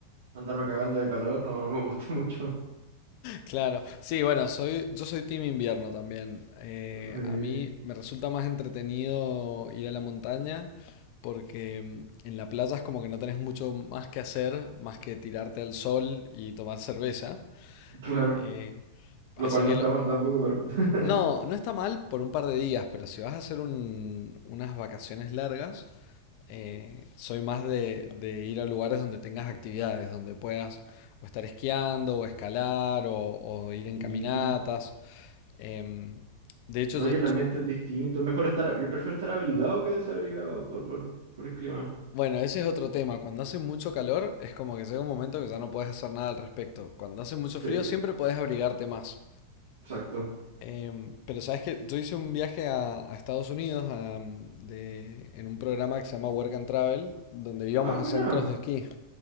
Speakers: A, on the right; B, on the left.
A: andarme cagando de calor no, no me gusta <laughs> mucho.
B: claro. Sí, bueno, soy, yo soy team invierno también. Eh,
A: Eh,
B: a mí me resulta más entretenido ir a la montaña porque mm, en la playa es como que no tenés mucho más que hacer, más que tirarte al sol y tomar cerveza.
A: claro,
B: Eh, así
A: lo cual
B: que
A: no está
B: lo-
A: mal tampoco, pero <laughs>
B: No, no está mal por un par de días, pero si vas a hacer un- unas vacaciones largas, eh, soy más de, de ir a lugares donde tengas actividades, donde puedas o estar esquiando, o escalar, o, o ir en
A: sí.
B: caminatas. Em, de hecho,
A: No,
B: yo-
A: y el
B: yo-
A: ambiente es distinto. Es mejor estar, a- yo prefiero estar abrigado que desabrigado por, por, por el clima.
B: bueno, ese es otro tema. Cuando hace mucho calor, es como que llega un momento que ya no puedes hacer nada al respecto. Cuando hace mucho
A: Sí,
B: frío, siempre podés abrigarte más.
A: exacto.
B: Em, pero sabes que yo hice un viaje a, a Estados Unidos a, mm, de- en un programa que se llama Work and Travel, donde íbamos
A: Ah, buena.
B: a centros de esquí.